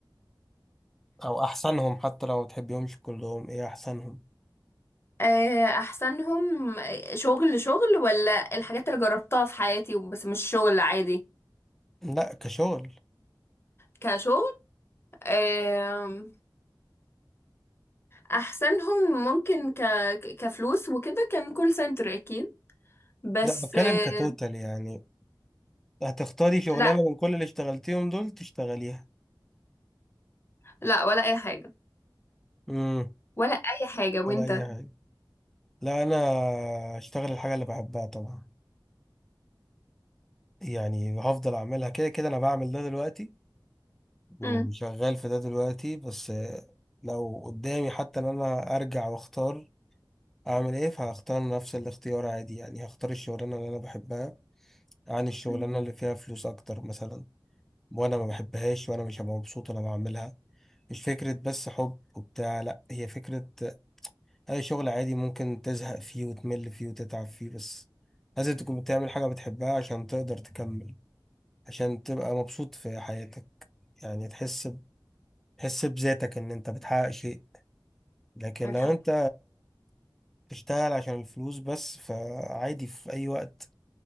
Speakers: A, in the centre; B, on the left.
A: او احسنهم حتى لو ما تحبيهمش كلهم ايه احسنهم
B: آه، احسنهم شغل شغل ولا الحاجات اللي جربتها في حياتي بس مش شغل عادي
A: لا كشغل
B: كشغل آم، احسنهم ممكن ك... ك- كفلوس وكده كان كول سنتر اكيد بس
A: لا بتكلم
B: آه،
A: كتوتال يعني هتختاري شغلانة
B: لا
A: من كل اللي اشتغلتيهم دول تشتغليها
B: لا ولا اي حاجة
A: امم
B: ولا اي حاجة وانت
A: ولا اي حاجه لا انا اشتغل الحاجه اللي بحبها طبعا يعني هفضل اعملها كده كده انا بعمل ده دلوقتي وشغال
B: مم.
A: في ده دلوقتي بس لو قدامي حتى ان انا ارجع واختار اعمل ايه فهختار نفس الاختيار عادي يعني هختار الشغلانه اللي انا بحبها عن الشغلانه
B: مم.
A: اللي فيها فلوس اكتر مثلا وانا ما بحبهاش وانا مش هبقى مبسوط وانا بعملها مش فكره بس حب وبتاع لا هي فكره اي شغل عادي ممكن تزهق فيه وتمل فيه وتتعب فيه بس لازم تكون بتعمل حاجة بتحبها عشان تقدر تكمل عشان تبقى مبسوط في حياتك يعني تحس ب- تحس بذاتك ان انت بتحقق شيء لكن
B: معاك
A: لو
B: حق
A: انت بتشتغل عشان الفلوس بس فعادي في اي وقت